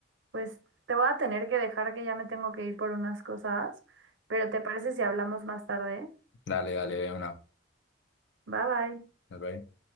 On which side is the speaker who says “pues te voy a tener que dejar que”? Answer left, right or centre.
Right